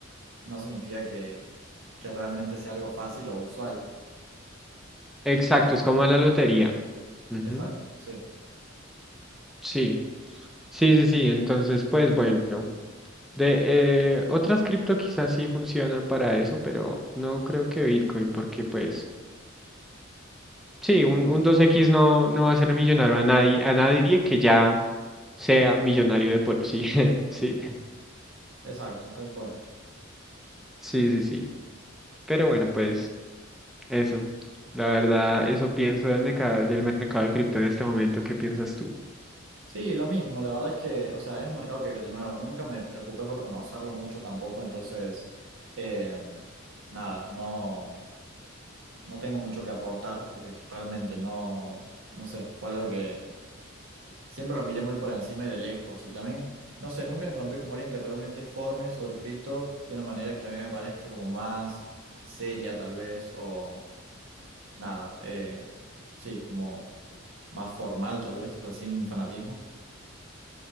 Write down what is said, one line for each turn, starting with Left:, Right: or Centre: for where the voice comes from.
Right: no significa que, que realmente sea algo fácil o usual.
Centre: exacto, es como la lotería. Ujú,
Right: Exacto, sí.
Centre: Sí, sí, sí, sí. Entonces, pues bueno, de eh, otras cripto quizás sí funcionan para eso, pero no creo que Bitcoin, porque pues sí, un, un dos x no, no va a hacer millonario a nadie, a nadie que ya sea millonario de por sí, <laughs> sí.
Right: Exacto, tal cual.
Centre: Sí, sí, sí. Pero bueno, pues. Eso, la verdad, eso pienso del mercado, del mercado de cripto en este momento. ¿Qué piensas tú?
Right: Sí, lo mismo, la verdad es que, o sea, es un mercado que, de nuevo, nunca me preocupé por conocerlo mucho tampoco, entonces, eh, nada, no, no tengo mucho que aportar porque realmente no, no sé, fue algo que siempre lo miré muy por encima y de lejos, y también, no sé, nunca encontré como alguien que realmente forme sobre cripto de una manera que a mí me parezca como más seria tal vez, o nada, eh, sí, como más formal tal vez, o sea, sin fanatismo,